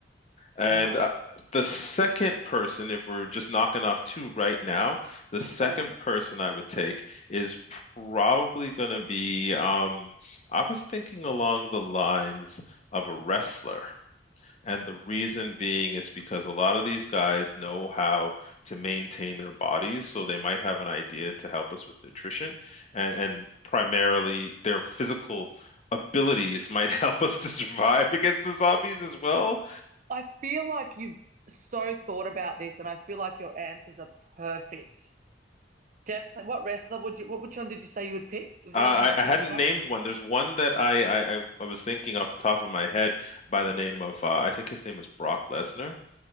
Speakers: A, on the left (about 40°); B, on the right (about 45°).
A: And
B: Nice.
A: uh, the second person, if we're just knocking off two right now, the second
B: Go on.
A: person I would take is probably going to be, um, I was thinking along the lines of a wrestler. And the reason being is because a lot of these guys know how to maintain their bodies, so they might have an idea to help us with nutrition, and and primarily their physical abilities might <laughs> help us to survive <laughs> against the zombies as well.
B: I feel like you've so thought about this, and I feel like your answers are perfect. Definitely. What wrestler would you? What which one did you say you would pick? Was
A: Uh,
B: there one in particular?
A: I, I hadn't named one. There's one that I, I, I I was thinking off the top of my head by the name of, uh, I think his name is Brock Lesnar.